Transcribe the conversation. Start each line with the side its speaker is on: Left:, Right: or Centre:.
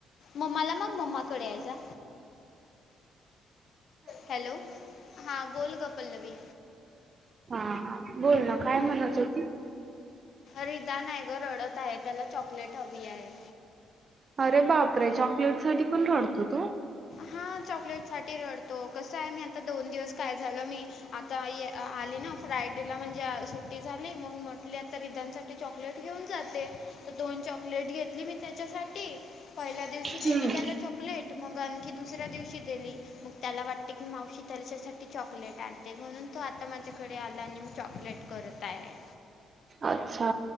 Left: मम्माला माग मम्माकडे आहे जा. हॅलो, हा बोल ग पल्लवी.
Right: हा हा बोल ना काय म्हणत होती?
Left: रिदान आहे, ग रडत आहे, त्याला चॉकलेट हवी आहे.
Right: अरे बापरे! चॉकलेट साठी पण रडतो तो?
Left: हा चॉकलेटसाठी रडतो, कस आहे मी आता दोन दिवस काय झालं मी आता आई अ आली ना फ्रायडेला म्हणजे अ सुट्टी झाली, मंग म्हंटली आत तर रिदानसाठी चॉकलेट घेऊन जाते, तर दोन चॉकलेट घेतली मी त्याच्यासाठी पहिल्या दिवशी दिली
Right: हम्म.
Left: त्याला चॉकलेट, मंग आणखी दुसऱ्या दिवशी दिली मग त्याला वाटते की मावशी त्याच्यासाठी चॉकलेट आणते, म्हणून तो आता माझ्याकडे आला आणि म चॉकलेट करत काय ये?
Right: अच्छा!